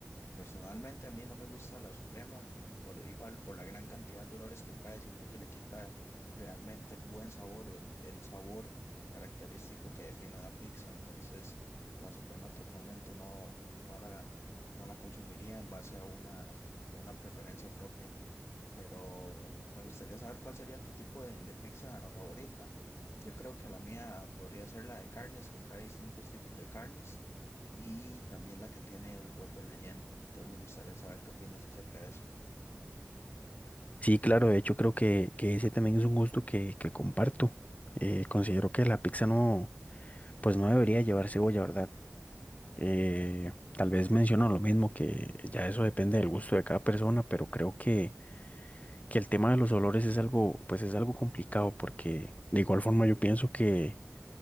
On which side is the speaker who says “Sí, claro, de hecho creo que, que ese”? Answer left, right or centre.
Left